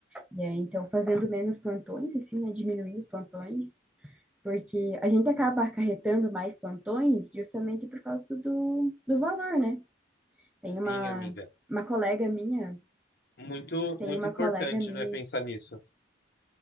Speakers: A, in the centre; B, on the left.
A: E aí, então, fazendo menos plantões, assim, né? Diminuindo os plantões. Porque a gente acaba acarretando mais plantões justamente por causa do, do valor, né? Tem
B: Sim,
A: uma,
B: amiga.
A: uma colega minha,
B: Muito,
A: tem
B: muito
A: uma
B: importante,
A: colega minha.
B: né? Pensar nisso.